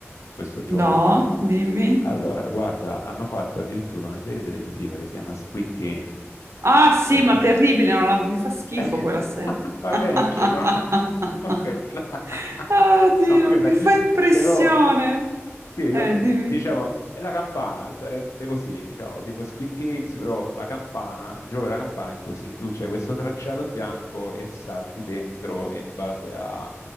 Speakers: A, on the left; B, on the right.
A: questo gioco.
B: No, dimmi.
A: Allora, guarda, hanno fatto addirittura una serie televisiva che si chiama Squid Games.
B: Ah, sì,
A: Eh,
B: ma terribile, non la- mi fa schifo
A: <laughs>
B: quella serie.
A: Va
B: <laughs>
A: bene, ok, non, non quella, <laughs>
B: Ah, Dio,
A: non quella,
B: mi fa impressione.
A: però sì, io-
B: Eh, dimmi.
A: diciamo, è la campana, sarebbe così, diciamo, tipo Squid Games, però la campana, il gioco della campana è così, tu c'hai questo tracciato bianco e salti dentro e in base a,